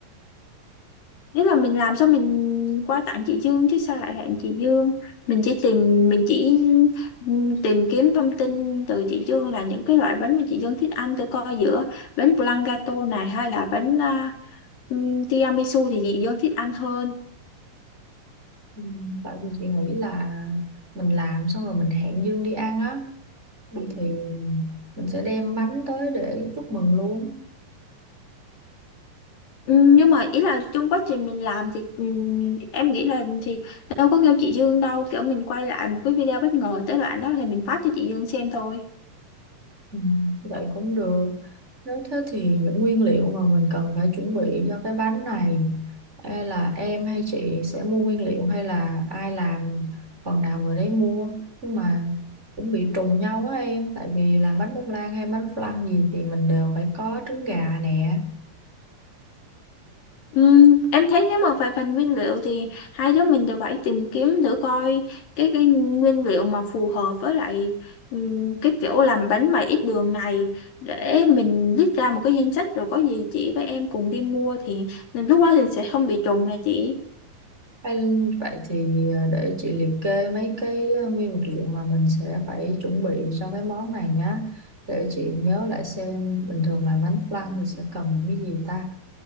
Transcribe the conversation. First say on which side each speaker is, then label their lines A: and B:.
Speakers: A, on the left; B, on the right.
A: Ý là mình làm sao mình qua tặng chị Dương chứ sao lại hẹn chị Dương mình chỉ tìm mình chỉ ừm, tìm kiếm thông tin từ chị Dương là những cái loại bánh mà chị Dương thích ăn thử coi giữa bánh blanc gato này hay là bánh à, ừm, tiramisu thì chị Dương thích ăn hơn
B: Ừ, tại vì chị nghĩ là mình làm xong rồi mình hẹn Dương đi ăn á, thì mình sẽ đem bánh tới để chúc mừng luôn.
A: Ừm, nhưng mà ý là trong quá trình mình làm thì ừm, em nghĩ là thì đâu có kêu chị Dương đâu kiểu mình quay lại một cái video bất ngờ tới đoạn đó thì mình phát cho chị Dương xem thôi
B: Ừ, vậy cũng được. Nếu thế thì những nguyên liệu mà mình cần phải chuẩn bị cho cái bánh này e là em hay chị sẽ mua nguyên liệu hay là ai làm phần nào người đấy mua nhưng mà cũng bị trùng nhau á em tại vì làm bánh bông lan hay bánh flan gì thì mình đều phải có trứng gà nè.
A: Ừm, em thấy nếu mà về phần nguyên liệu thì hai đứa mình đều phải tìm kiếm thử coi cái cái nguyên liệu mà phù hợp với lại ừm, cái kiểu làm bánh mà ít đường này để mình viết ra một cái danh sách rồi có gì chị với em cùng đi mua thì mình lúc đó thì sẽ không bị trùng này chị
B: Hay, vậy thì ờ, để chị liệt kê mấy cái ờ, nguyên vật liệu mà mình sẽ phải chuẩn bị cho cái món này nhá. Để chị nhớ lại xem bình thường làm bánh flan thì sẽ cần những cái gì ta.